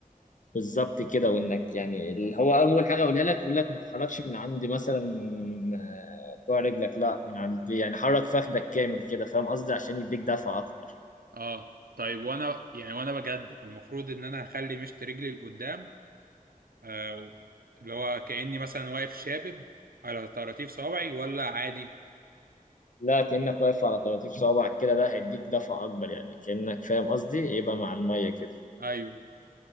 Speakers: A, on the left; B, on the right.
A: بالظبط كده وإنك يعني اللي هو أول حاجة أقولها لك يقول لك ما تحركش من عند مثلا آه، كوع رجلك لا من عند يعني حرك فخدك كامل كده فاهم قصدي عشان يديك دفعة أكتر
B: اه طيب وانا يعني وانا بجدف المفروض ان انا هخلي مشط رجلي لقدام آه اللي هو كاني مثلا واقف شابب على طراطيف صوابعي ولا عادي
A: لا كأنك واقف على طراطيف صوابعك كده ده هيديك دفعة أكبر يعني كأنك فاهم قصدي يبقى مع المية كده
B: ايوه